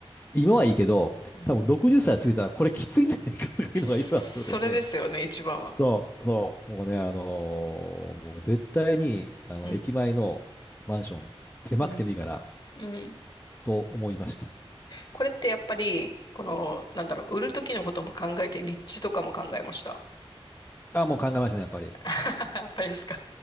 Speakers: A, on the left (about 20°); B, on the left (about 45°).
A: 今はいいけど、
B: うん
A: 多分60歳過ぎたらこれきついんじゃないかとかいうのがいろいろあってことですね。
B: それですよね、一番は。
A: そう、そう、もうね、あのーもう絶対に、あの、
B: うん、
A: 駅前のマンション、狭くてもいいから、
B: うん、うん。
A: と思いました。
B: これってやっぱり、この、なんだろう、売る時のことも考えて、立地とかも考えました。
A: あ、もう考えましたね、やっぱり。
B: <laughs> やっぱりですか。